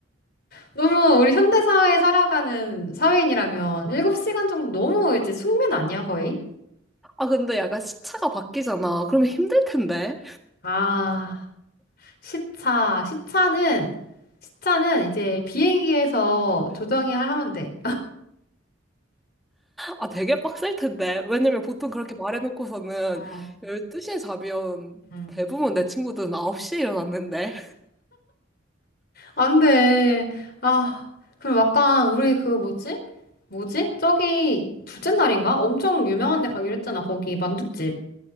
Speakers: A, on the left (about 55°); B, in the centre.
A: 너무 우리 현대사회에 살아가는 사회인이라면 7시간 정도 너무 이제 숙면 아니야, 거의?
B: 아, 근데 약간 시차가 바뀌잖아. 그러면 힘들 텐데.
A: 아, 시차, 시차는, 시차는 이제 비행기에서 조정이 하면 돼.
B: 아, 되게 빡셀 텐데. 왜냐면 보통 그렇게 말해놓고서는
A: 응,
B: 12시에 자면
A: 응.
B: 대부분 내 친구들은 9시에 일어났는데.
A: 안 돼. 아, 그리고 약간 우리 그 뭐지? 뭐지? 저기 둘째 날인가? 엄청 유명한 데 가기로 했잖아. 거기 만둣집.